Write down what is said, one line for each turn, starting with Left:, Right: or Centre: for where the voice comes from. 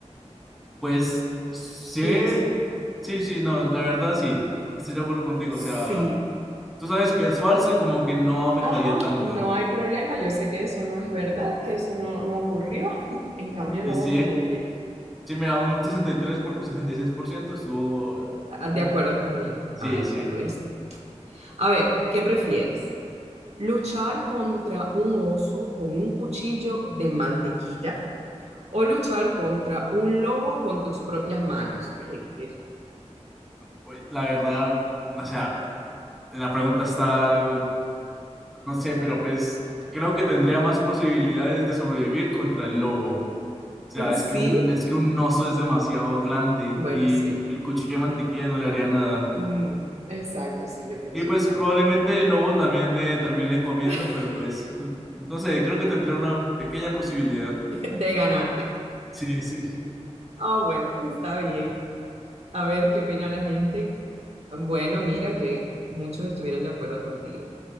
Centre: Pues sí,
Right: Pienso,
Centre: sí, sí, no, la verdad sí, estoy de acuerdo contigo,
Right: sí,
Centre: o sea, tú sabes que es falso y como que no afectaría
Right: ajá,
Centre: tanto.
Right: no hay problema, yo sé que eso no es verdad, que eso no, no ocurrió, <laughs> en cambio
Centre: Y
Right: lo
Centre: sí,
Right: otro huye.
Centre: sí, mira, un 63 por, 66% estuvo... eh, estuvo-
Right: Ah, De acuerdo conmigo.
Centre: Sí,
Right: Ay,
Centre: sí,
Right: bueno, viste. A ver, ¿qué prefieres? ¿Luchar contra un oso con un cuchillo de mantequilla? o luchar contra un lobo con tus propias manos. Oye, ¿qué es esto?
Centre: Uy, la verdad, o sea, la pregunta está No sé, pero pues creo que tendría más posibilidades de sobrevivir contra el lobo. O sea,
Right: ¿Y sí?
Centre: es que un, es que un oso es demasiado grande
Right: Bueno,
Centre: y
Right: sí.
Centre: el cuchillo de mantequilla no le haría nada.
Right: Mm, exacto, sí, yo pienso
Centre: Y pues
Right: también.
Centre: probablemente el lobo también me termine comiendo,
Right: <laughs>
Centre: pero pues no sé, creo que tendría una pequeña posibilidad.
Right: De ganar.
Centre: Sí, sí.
Right: Ah, bueno, está bien. A ver qué opina la gente. Bueno, mira que muchos estuvieron de acuerdo contigo.